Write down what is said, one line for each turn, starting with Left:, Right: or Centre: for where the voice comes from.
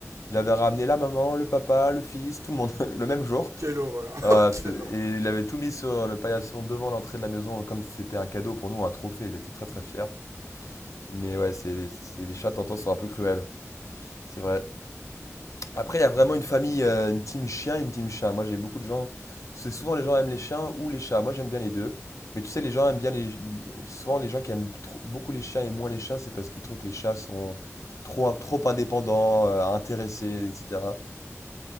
Left: Il avait ramené la maman, le papa, le fils, tout le monde, <laughs> le même jour.
Right: Quelle horreur
Left: Ah,
Right: <laughs> Quelle
Left: c'est-
Right: horreur
Left: et il avait tout mis sur le paillasson devant l'entrée de la maison, comme si c'était un cadeau pour nous, un trophée. Il était très très fier. Mais ouais, c'est, c'est- les chats, t'entends, sont un peu cruels. C'est vrai. Après, il y a vraiment une famille, euh, une team chien, une team chat. Moi, j'ai beaucoup de gens. C'est souvent les gens aiment les chiens ou les chats. Moi, j'aime bien les deux. Mais tu sais, les gens aiment bien les. Souvent, les gens qui aiment trop- beaucoup les chiens et moins les chats, c'est parce qu'ils trouvent que les chats sont trop, trop indépendants, euh, intéressés, etc.